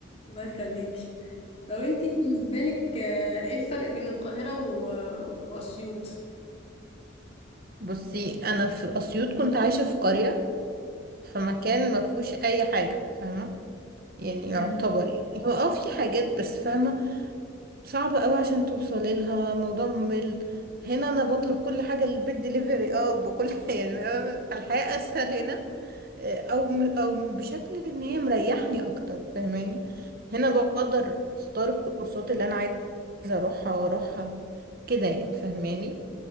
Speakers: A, on the left; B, on the right.
A: الله يخليكي طب انت بالنسبة لك آه، ايه الفرق بين القاهرة و... واسيوط؟
B: بصي انا في اسيوط كنت عايشة في قرية في مكان ما فيهوش اي حاجة فاهمة؟ يعني
A: مم.
B: يعتبر يعني هو اه في حاجات بس فاهمة صعب قوي عشان توصلي لها موضوع ممل هنا انا بطلب كل حاجه للبيت دليفري اه بكل <laughs> حاجه يعني فالحياه اسهل هنا آه، او او بشكل ان هي مريحني اكتر فاهماني هنا بقدر اختار الكورسات اللي انا عايزه اروحها واروحها كده يعني فاهماني